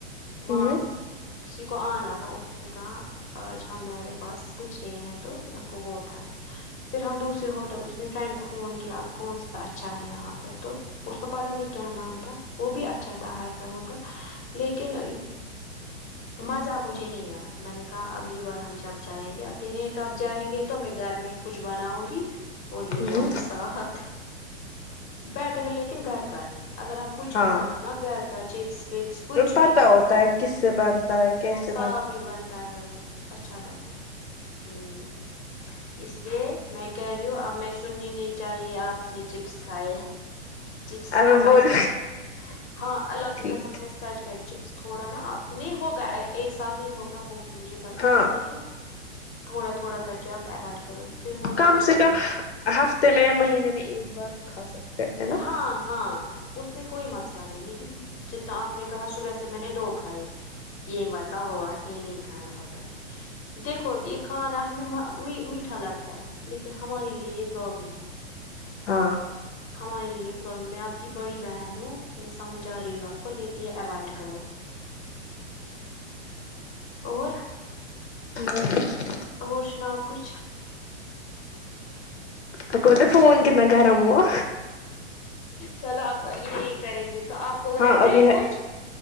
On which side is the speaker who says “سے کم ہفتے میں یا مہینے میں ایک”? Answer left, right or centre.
Left